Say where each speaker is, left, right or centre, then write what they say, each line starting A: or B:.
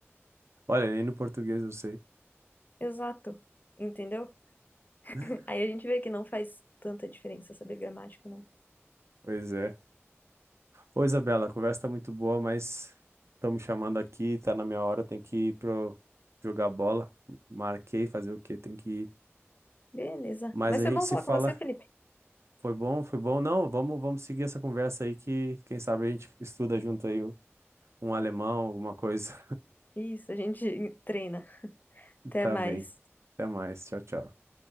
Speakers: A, on the right; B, on the left.
A: Olha, nem no português eu sei.
B: Exato. Entendeu?
A: <laughs>
B: <laughs> Aí a gente vê que não faz tanta diferença saber gramática, não.
A: Pois é. Ô, Isabela, a conversa tá muito boa, mas estão me chamando aqui, tá na minha hora, tem que ir pro jogar bola. Marquei, fazer o quê? Tem que ir.
B: Beleza.
A: Mas
B: Mas
A: a
B: foi
A: gente
B: bom
A: se
B: falar
A: fala.
B: com você, Felipe.
A: Foi bom, foi bom. Não, vamos, vamos seguir essa conversa aí que quem sabe a gente estuda junto aí um alemão, alguma coisa.
B: Isso, a gente <laughs> treina.
A: <laughs>
B: Até
A: Tá
B: mais.
A: bem. Até mais. Tchau, tchau.